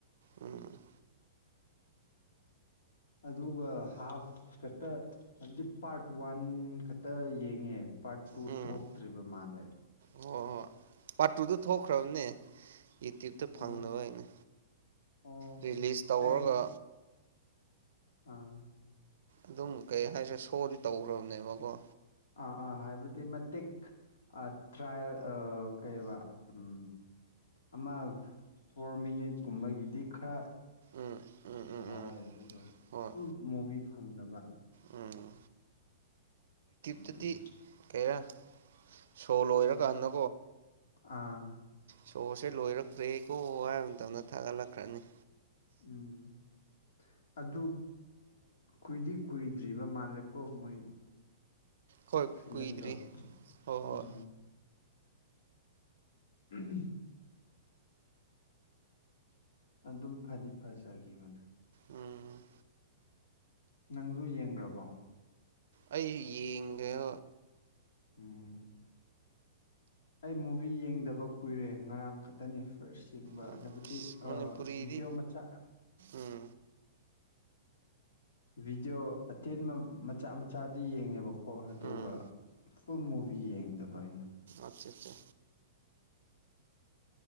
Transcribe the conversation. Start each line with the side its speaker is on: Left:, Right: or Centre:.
Right: ꯎꯝ
Left: ꯑꯗꯨꯒ ꯍꯥꯐ ꯈꯛꯇ ꯍꯥꯏꯕꯗꯤ ꯄꯥꯔꯠ ꯋꯥꯟ ꯈꯛꯇ ꯌꯦꯡꯉꯦ ꯄꯥꯔ ꯇꯨ
Right: ꯎꯝ
Left: ꯊꯣꯛꯇ꯭ꯔꯤꯕ ꯃꯥꯜꯂꯦ
Right: ꯍꯣꯏ ꯍꯣꯏ ꯄꯥꯔꯠ ꯇꯨꯗ ꯊꯣꯛꯈ꯭ꯔꯕꯅꯦ ꯌꯨꯇ꯭ꯌꯨꯕꯇ ꯐꯪꯅꯕ
Left: ꯑꯣ
Right: ꯑꯩꯅ
Left: ꯑꯣ
Right: ꯔꯤꯂꯤꯁ ꯇꯧꯔꯒ
Left: ꯑꯩ ꯑꯥ
Right: ꯑꯗꯨꯝ ꯀꯩ ꯍꯥꯏꯁꯦ ꯁꯣꯗꯤ ꯇꯧꯈ꯭ꯔꯕꯅꯦꯕꯀꯣ
Left: ꯑꯥ ꯑꯥ ꯍꯥꯏꯕꯗꯤ ꯃꯇꯤꯛ ꯇ꯭ꯔꯥꯏꯌꯦꯜ ꯀꯩꯕ ꯎꯝ ꯑꯃ ꯐꯣꯔ ꯃꯤꯅꯤꯠ ꯀꯨꯝꯕꯒꯤꯗꯤ ꯈꯔ
Right: ꯎꯝ ꯎꯝ ꯎꯝ
Left: ꯋꯥꯍꯥꯎꯋꯦ
Right: ꯎꯝ
Left: ꯑꯗꯨꯒ
Right: ꯍꯣꯏ
Left: ꯐꯨꯜ ꯃꯨꯚꯤ ꯐꯪꯅꯕ
Right: ꯎꯝ
Left: ꯑꯗꯨꯅꯤ
Right: ꯇꯞꯗꯤ ꯀꯔ ꯁꯣꯂꯣ ꯍ ꯀꯅ
Left: ꯑꯥ
Right: ꯁꯣꯣꯔꯁꯦ ꯂꯣꯏꯔꯛꯈ꯭ꯔꯦꯀꯣ ꯍꯥꯏꯕ ꯃꯇꯝꯗ ꯊꯥꯒꯠꯂꯛꯈ꯭ꯔꯅꯤ
Left: ꯎꯝ ꯑꯗꯨ ꯀꯨꯏꯗꯤ ꯀꯨꯏꯗ꯭ꯔꯤꯕ ꯃꯥꯜꯂꯦꯀꯣ ꯃꯣꯏ
Right: ꯍꯣꯏ
Left: ꯐꯤꯂꯝꯂꯝꯗ
Right: ꯀꯨꯏꯗ꯭ꯔꯤ ꯍꯣꯏ ꯍꯣꯏ
Left: ꯎꯝ ꯎꯝ ꯑꯗꯨꯝ ꯐꯗꯤ ꯐꯖꯈꯤꯕꯅ
Right: ꯎꯝ
Left: ꯅꯪꯁꯨ ꯌꯦꯡꯈ꯭ꯔꯕꯣ
Right: ꯑꯩ ꯌꯦꯡꯒ
Left: ꯎꯝ ꯑꯩ ꯃꯨꯚꯤ ꯌꯦꯡꯗꯕ ꯀꯨꯏꯔꯦ ꯉꯔꯥꯡ ꯈꯛꯇꯅꯤ ꯐꯔꯁ ꯌꯦꯡꯕ
Right: ꯎꯝ
Left: ꯍꯥꯏꯕꯗꯤ
Right: ꯃꯅꯤꯄꯨꯔꯤꯗꯤ
Left: ꯑ ꯚꯤꯗꯤꯌꯣ ꯃꯆꯥ
Right: ꯎꯝ
Left: ꯚꯤꯗꯤꯑꯣ ꯑꯇꯦꯟꯕ ꯃꯠ ꯃꯆꯥ ꯃꯆꯥꯗꯤ ꯌꯦꯡꯉꯦꯕꯀꯣ ꯑꯗꯨꯒ
Right: ꯎꯝ
Left: ꯐꯨꯜ ꯃꯨꯚꯤ ꯌꯦꯡꯗꯕ ꯑꯩꯅ
Right: ꯑꯆꯥ ꯆꯥ